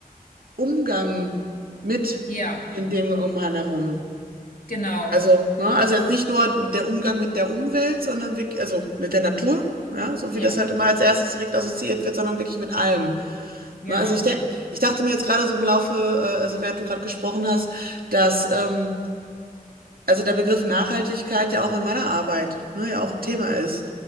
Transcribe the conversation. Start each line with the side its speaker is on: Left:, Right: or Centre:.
Right: Umgang mit
Left: Ja,
Right: den Dingen um einen herum.
Left: genau.
Right: Also, ne, also jetzt nicht nur der Umgang mit der Umwelt, sondern wirklich, also mit der Natur, ja, so wie
Left: Ja,
Right: das halt immer als erstes direkt assoziiert wird, sondern wirklich mit allem.
Left: genau.
Right: Ne, also ich denke, ich dachte mir jetzt gerade so im Laufe, äh, also während du gerade gesprochen hast, dass ähm, also der Begriff Nachhaltigkeit ja auch in meiner Arbeit, ne, ja auch ein Thema ist.